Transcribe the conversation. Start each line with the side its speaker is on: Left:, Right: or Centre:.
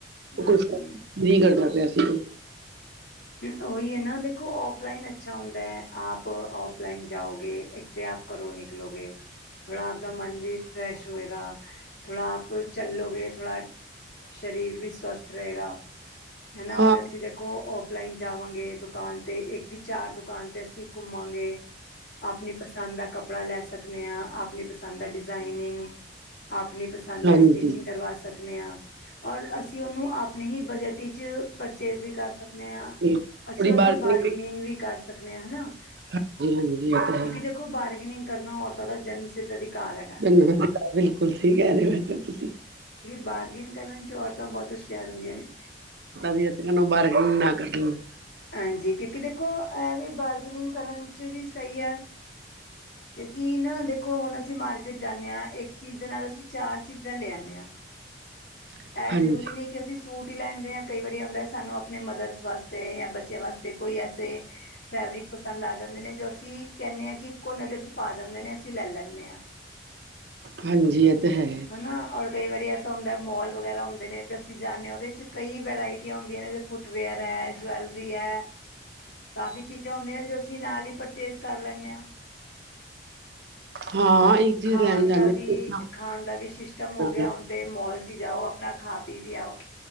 Right: ਉਹ
Left: ਹਾਂਜੀ
Right: ਕੁਈ <unintelligible> ਨਹੀਂ ਕਰਦਾ ਪਿਆ ਸੀ ਕੋਈ।
Left: ਉਹੀ ਹੈ ਨਾ ਦੇਖੋ ਔਫਲਾਈਨ ਅੱਛਾ ਹੁੰਦਾ ਹੈ ਆਪ ਔਫਲਾਈਨ ਜਾਓਗੇ ਤੇ ਆਪ ਕਰੋ ਨਿਕਲੋਗੇ। ਥੋੜਾ ਆਪਦਾ ਮਨ ਵੀ ਫਰੈਸ਼ ਹੋਏਗਾ। ਥੋੜਾ ਆਪ ਚੱਲੋਗੇ ਥੋੜਾ ਸਰੀਰ ਵੀ ਸਵਸਥ ਰਹੇਗਾ, ਹਨਾ
Right: ਹਾਂ
Left: ਔਰ ਅਸੀ ਦੇਖੋ ਔਫਲਾਈਨ ਜਾਵਾਂਗੇ ਦੁਕਾਨ ਤੇ ਇੱਕ ਚਾਰ ਦੁਕਾਨ ਤੇ ਅਸੀਂ ਘੁੰਮਾਂਗੇ। ਆਪਣੀ ਪਸੰਦ ਦਾ ਕੱਪੜਾ ਲੈ ਸਕਦੇ ਹਾਂ। ਆਪਣੀ ਪਸੰਦ ਦਾ ਡਿਜ਼ਾਇਨਿੰਗ ਆਪਣੀ ਪਸੰਦਾਈ,
Right: ਹਾਂਜੀ
Left: ਸਟੀਚਿੰਗ ਕਰਵਾਸ। ਸਕਦੇ ਹਾਂ, ਔਰ ਅਸੀਂ ਉਹਨੂੰ ਆਪਣੇ ਹੀ ਬਜਟ ਵਿਚ ਪਰਚੇਸ ਵੀ ਕਰ ਸਕਦੇ। ਮੈਂ ਹਾਂ,
Right: ਥੋੜੀ
Left: ਅਸੀਂ ਉਹ ਨਾਲ
Right: ਬਾਰਗਨਿੰਗ
Left: ਬਾਰਗੇਨਿੰਗ ਵੀ ਕਰ ਸਕਦੇ ਹਾਂ ਹਨਾ।
Right: ਹਾਂਜੀ, ਮੈਂ ਵਧੀਆ ਤੁਸੀਂ ਸੁਣੋ।
Left: ਕਿਉਕਿ ਦੇਖੋ, ਬਾਰਗੇਨਿੰਗ ਕਰਨਾ ਔਰਤਾਂ ਦਾ ਜਨਮ ਸਿੱਧ ਕਾਰ ਹੈ,
Right: ਧੰਨਵਾਦ ਬਿਲਕੁਲ ਸਹੀ ਕਹਿ ਰਹੇ ਹੋ ਤਾਂ ਤੁਸੀਂ
Left: ਬਾਰਗਿਨ ਕਰਨ ਚ ਔਰਤ ਤਾਂ ਬਹੁਤ ਹੁਸ਼ਿਆਰ ਹੁੰਦੀਆਂ ਨੇ।
Right: ਤਾ ਵੀ ਆਪਣੀ, ਬਾਰਗਿਨਾ ਰੱਖਦੀਆਂ।
Left: ਐਨਜੀ, ਕਿਉਕਿ ਦੇਖੋ ਇਵੇ ਵਾਰਨਿੰਗ ਕਰਨ ਵਿਚ ਵੀ ਸਹੀ ਹੈ।
Right: <unintelligible>
Left: ਕਿਉਕਿ ਨਾ ਦੇਖੋ ਹੁਣ, ਅਸੀਂ ਮਾਰਕੀਟ ਜਾਣੇ ਆ, ਇੱਕ ਚੀਜ਼ ਦੇ ਨਾਲ ਅਸੀਂ ਚਾਰ ਚੀਜ਼ਾਂ ਲਿਆਣੇ ਆ।
Right: <unintelligible>
Left: ਇਹ
Right: ਹਾਂਜੀ
Left: ਜ਼ਰੂਰੀ ਨਹੀਂ ਕਿ ਅਸੀਂ ਸੂਟ ਹੀ ਲਹਿਣ ਗਏ ਆ, ਕਈ ਵਾਰੀ ਆਪਣੇ ਮਦਰਸ ਵਾਸਤੇ ਜਾਂ ਬ। ਬੱਚਿਆਂ ਵਾਸਤੇ ਕੋਈ, ਐਸੇ ਫੈਬਰਿਕ ਪਸੰਦ ਆ ਜਾਂਦੇ ਨੇ, ਜੋ ਅਸੀ ਕਹਿਨੇ ਹਾਂ ਕਿ ਇੱਕੋ ਨਜ਼ਰ ਚ। ਪਾ ਜਾਂਦੇ ਨੇ ਅਸੀਂ ਲੈ ਲਹਿਣੇ।
Right: ਹਾਂਜੀ ਇਹ ਤਾਂ ਹੈ
Left: ਹਨਾ ਔਰ ਕਈ ਵਾਰੀ ਐਸਾ ਹੁੰਦਾ ਮੋਲ ਵਗੈਰਾ ਹੁੰਦੇ ਨੇ ਤੇ ਅਸੀਂ ਜਾਂਦੇ ਹਾਂ। ਉਹਦੇਚ ਕਈ ਵੈਰਾਇਟੀਆਂ ਹੁੰਦੀਆਂ ਨੇ ਫ ਵੇਅਰ ਐਜਲ <unintelligible> ਕਾਫੀ ਚੀਜ਼ਾਂ ਹੁੰਦੀਆਂ ਨੇ, ਜੋ ਅਸੀਂ ਨਾਲ ਹੀ ਪਰਚੇਸ ਕਰ ਲੈਂਦੇ ਹਾਂ।
Right: ਹਾਂ ਇੱਕ ਚੀਜ਼
Left: ਖਾਣ
Right: ਲੈਣ ਜਾਂਦੇ
Left: ਦਾ ਵੀ, ਖਾਣ ਦਾ ਵੀ ਸਿਸਟਮ ਹੋ
Right: ਨਾਲ
Left: ਗਿਆ ਹੁਣ। ਤੇ ਮੋਲ ਵਿਚ ਜਾਓ, ਆਪਣਾ ਖਾ ਪੀ ਵੀ ਆਓ।